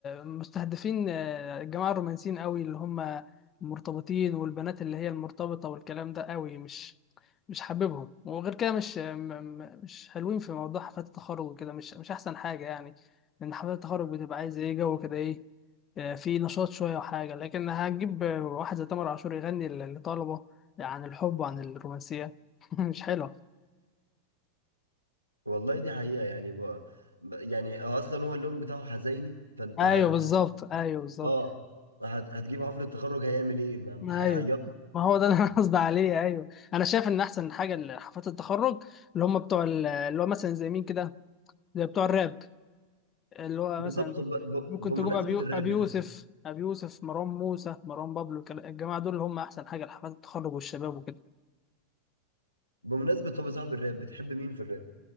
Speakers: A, on the left (about 25°); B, on the left (about 80°).
A: مستهدفين آه، الجماعه الرومانسيين قوي اللي هم المرتبطين والبنات اللي هي المرتبطه والكلام ده قوي مش مش حاببهم وغير كده مش م- م- مش حلوين في موضوع حفلات التخرج وكده مش مش احسن حاجه يعني لان حفلات التخرج بتبقى عايزه ايه جو كده ايه في نشاط شوية وحاجة لكن هتجيب واحد زي تامر عاشور يغني ل- لطلبة عن الحب وعن الرومانسية <laughs> مش حلوة
B: والله دي حقيقه يعني بقى يعني اصلا هو اللون بتاعه حزيني فانت
A: أيوه
B: هتجيب
A: بالظبط أيوه بالظبط
B: اه هت- هتجيب حفلة تخرج هيعمل ايه ما ما
A: أيوه
B: هيعيط
A: ما هو ده اللي
B: له.
A: أنا قصدي عليه أيوه أنا شايف إن أحسن حاجة لحفلات التخرج اللي هم بتوع ال- اللي هو مثلا زي مين كده زي بتوع الراب اللي هو
B: بالظبط
A: مثلا
B: طب ب... ب...
A: ممكن
B: بمناسبة
A: تجيب أبي يو-
B: الراب
A: أبي
B: بتاع
A: يوسف أبي يوسف مروان موسى مروان بابلو كلا- الجماعة دول اللي هم أحسن حاجة لحفلات التخرج والشباب وكده
B: بمناسبة طب يا صاحب الراب بتحب مين في الراب